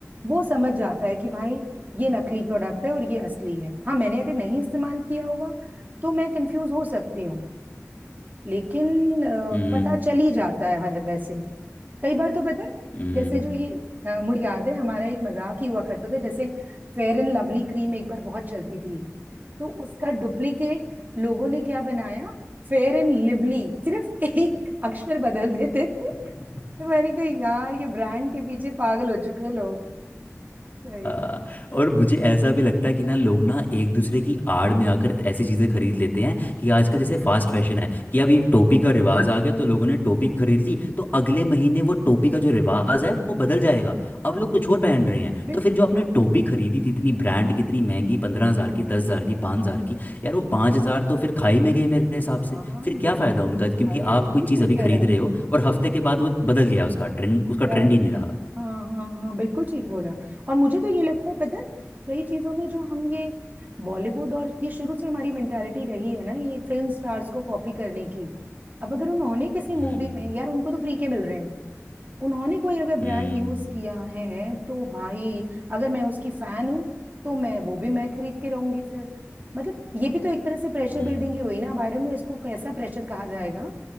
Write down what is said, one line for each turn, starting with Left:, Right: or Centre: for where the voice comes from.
Right: वो समझ जाता है कि भाई ये नकली प्रोडक्ट है और ये असली है हाँ मैंने अगर नहीं इस्तेमाल किया हुआ तो मैं कंफ्यूज हो सकती हूँ लेकिन अ,
Left: हम्म
Right: पता चल ही जाता है वै- वैसे कई बार तो पता है
Left: हम्म।
Right: जैसे जो ये अ, मुझे याद है हमारा एक मजाक ही हुआ करता था जैसे फेयर एंड लवली क्रीम एक बार बहुत चलती थी तो उसका डुप्लीकेट लोगों ने क्या बनाया फेयर एंड लिवली सिर्फ एक अक्षर बदल देते थे
Left: <laughs>
Right: तो मैंने कहा यार ये ब्रांड के पीछे पागल हो चुके हैं लोग सही
Left: हाँ,
Right: में
Left: और मुझे ऐसा भी लगता है कि ना लोग ना एक दूसरे की आड़ में आकर ऐसी चीज़ें खरीद लेते हैं कि
Right: हाँ
Left: आजकल जैसे फास्ट फैशन है कि अभी टोपी का रिवाज आ गया तो लोगों ने टोपी खरीद ली तो अगले महीने वो टोपी का जो रिवाज है वो बदल जाएगा अब
Right: हाँ,
Left: लोग कुछ और पहन रहे हैं
Right: बिल्कुल
Left: तो फिर जो आपने
Right: ठीक
Left: टोपी खरीदी थी इतनी ब्रांड की इतनी महंगी पंद्रह हज़ार की दस हज़ार की पाँच हज़ार की यार वो पाँच हज़ार तो फिर खाई में गए मेरे हिसाब
Right: हाँ
Left: से फिर
Right: बिल्कुल
Left: क्या फ़ायदा उनका क्योंकि
Right: अरे बिल्कुल
Left: आप कोई चीज़
Right: ठीक
Left: अभी
Right: कह
Left: खरीद
Right: रहे हैं
Left: रहे हो और हफ्ते के बाद वो बदल गया उसका ट्रेंड उसका
Right: हम्म,
Left: ट्रेंड ही नहीं रहा
Right: हाँ हाँ हाँ बिल्कुल ठीक बोला और मुझे तो ये लगता है पता है कई चीजों में जो हम ये बॉलीवुड और ये शुरू से हमारी मेंटालिटी रही है ना ये फिल्म स्टार्स को कॉपी करने की अब अगर उन्होंने किसी
Left: हम्म
Right: मूवी में यार उनको तो फ्री के मिल रहे हैं उन्होंने कोई अगर ब्रांड
Left: हम्म
Right: यूज किया है तो भाई अगर मैं उसकी फैन हूँ तो मैं वो भी मैं खरीद के रहूंगी फिर मतलब ये भी तो एक तरह से प्रेशर
Left: हम्म
Right: बिल्डिंग ही हुई ना अब आई डोंट नो इसको कैसा प्रेशर कहा जाएगा